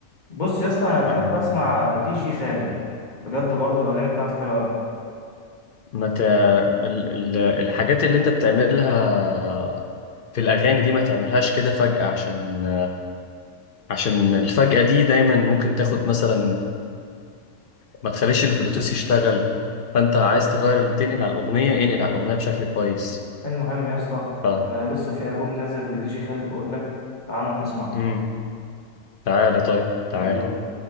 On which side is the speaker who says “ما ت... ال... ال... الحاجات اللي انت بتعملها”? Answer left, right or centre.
Left